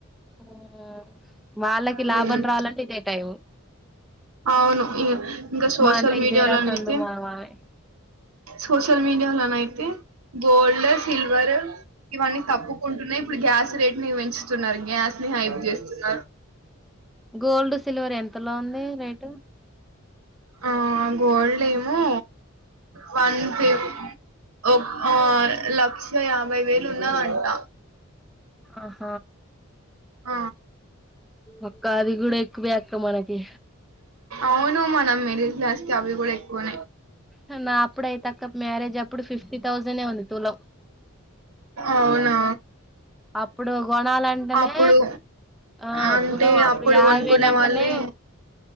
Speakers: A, in the centre; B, on the right (about 80°).
A: ఉమ్ వాళ్ళకి
B: హ్మ్.
A: లాభం రావాలంటే ఇదే టైము.
B: అవును ఈ ఇంకా సోషల్
A: అంటే
B: మీడియాలో
A: ఇదేరా సందు
B: అయితే
A: మామ అని.
B: సోషల్ మీడియాలోనయితే గోల్డ్, సిల్వర్ ఇవన్నీ తప్పుకుంటున్నాయి. ఇప్పుడు గ్యాస్ రేట్ ని పెంచుతున్నారు గ్యాస్ ని హైప్ చేస్తున్నారు.
A: గోల్డ్, సిల్వర్ ఎంతులో ఉంది రేటు?
B: ఆ గోల్డ్ ఏమో వన్ ఫిఫ్త్ ఒక్ ఆ లక్ష యాభై వేలు ఉన్నదంట.
A: అహ
B: అ
A: ఒక్క అది కూడా ఎక్కువ అక్క మనకి.
B: అవును మనం మెడిల్ క్లాస్ కి అవి కూడా ఎక్కువనే.
A: ననాప్పుడు అయిత క్క మ్యారేజ్ అప్పుడు ఫిఫ్టీ థౌజండే ఉంది తులం.
B: అవునా
A: అప్పుడు గొనాలంటేనే
B: అప్పుడు
A: ఆ
B: అంటే
A: తులం అప్పుడు యాభై
B: కొనుక్కునే
A: వేలు అంటేనే.
B: వాళ్ళే